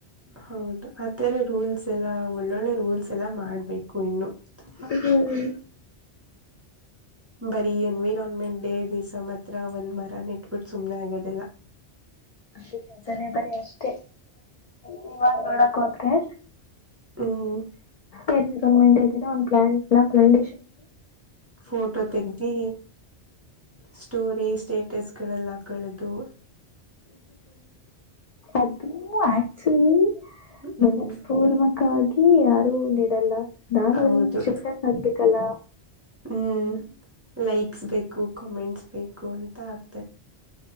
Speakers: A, on the right; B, on the left.
A: ಹೌದು ಅ ರೂಲ್ ಎಲ್ಲ ಒಳ್ಳೊಳ್ಳೆ ರೂಲ್ಸ್ ಎಲ್ಲ ಮಾಡ್ಬೇಕು ಇನ್ನು ತುಂಬಾ
B: ಹ್ಮ್
A: ಬರಿ ಎನ್ವಿರಾನ್ಮೆಂಟ್ ಡೇ ದಿವ್ಸ ಮಾತ್ರ ಒಂದ್ ಮರ ನೆಟ್ಬಿಟ್ಟು ಸುಮ್ನೆ ಆಗೋದಿಲ್ಲ
B: ಅಷ್ಟೇ ಜನ ಬರಿ ಅಷ್ಟೇ ನೀವಾಗ ನೋಡಕ್ ಹೋದ್ರೆ
A: ಹ್ಮ
B: ೇ ಮ ಇದಿನ ಒಂದ ಪ್ಲಾಂಟ್್ಲಾಂಟನ್
A: ಫೋಟೋ ತೆಗಿ ಸ್ಟೋರಿ ಸ್ಟೇಟಸ್ ಗಳೆಲ್ಲ ಕಳೆದು.
B: ಅದು ಅಚ್ಚುಲಿ
A: ಹ್ಮ್
B: ಮನಸ್ಪೂರ್ವಕವಾಗಿ. ಲ್ಲ ನಾನು
A: ಹೌದು
B: ಒಂದ ಸ್ಟೇಟಸ್ ಆಗ್ಬೇಕಲ್ಲ.
A: ಹ್ಮ್ ಲೈಕ್ಸ್ ಬೇಕು ಕಮೆಂಟ್ಸ್ ಬೇಕು ಅಂತ ಆಗ್.